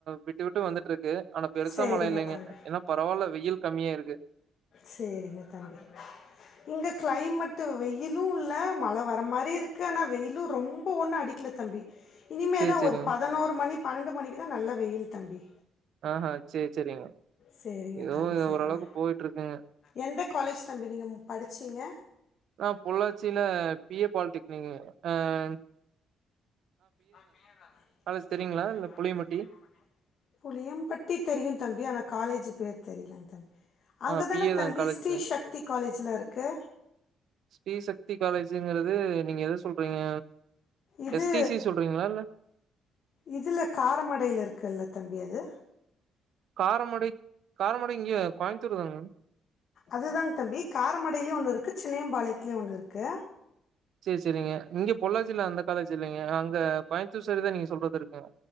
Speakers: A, on the right; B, on the left.
A: விட்டு விட்டு வந்துட்ருக்கு ஆனா பெருசா
B: சரிங்க
A: மழ இல்லைங்க
B: தம்பி
A: ஏனா பரவால்ல வெயில் கம்மியாயிருக்கு
B: சேரிங்க தம்பி இங்க கிளைமேட்டு வெயிலு இல்ல மழ வர மாரி இருக்கு ஆனா வெயிலு ரொம்ப ஒன்னு அடிக் க்கல தம்பி இனிமே
A: சேரி
B: தா
A: சேரிங்க
B: ஒரு பதினோரு மணி பன்னெண்டு மணிக்கு தா நல்ல வெயில் தம்பி
A: ஆ ஹா சேர் செரிங்க
B: சரிங்க
A: எதோ
B: தம்பி
A: எதோ
B: சரிங்க
A: ஓரளவுக்கு போயட்ருக்குங்க
B: எந்த காலேஜ் தம்பி நீங்கம் படிச்சிங்க
A: நா பொள்ளாச்சில பி ஏ பால்டெக்னிக்கு ஆன்
B: நா பி ஏ தாங்க
A: காலேஜ் தெரியுங்களா
B: பொள்ளாச்சி தெரீங்களா
A: இல்ல புளியம்பட்டி
B: இந்த புளியம்மபட்டி புளியம்பட்டி தெரியு தம்பி ஆனா காலேஜு பேரு தெரியலங்க தம்பி அங்க
A: ஆ பி
B: தான
A: ஏ
B: தம்பி
A: தான் காலேஜ்
B: ஸ்ரீ
A: பேரு
B: சக்தி காலேஜ்லா இருக்கு
A: ஸ்ரீ சக்தி காலேஜுங்குறது நீங்க எத சொல்றீங்க
B: இது
A: எஸ் டி சி சொல்றீங்களா இல்ல
B: இதுல காரமடைல இருக்குல்ல தம்பி அது
A: காரமடை காரமடை இங்க கோயம்புத்தூர் தானுங்க
B: அது தாங்க தம்பி காரமடைலயு ஒன்னு இருக்கு சின்னையம்பாளையத்துலயு ஒன்னு இருக்கு
A: சேர் சேரிங்க இங்க பொள்ளாச்சில அந்த காலேஜ் இல்லைங்க அங்க கோயம்புத்தூர் சைடு தா நீங்க சொல்றது இருக்குங்க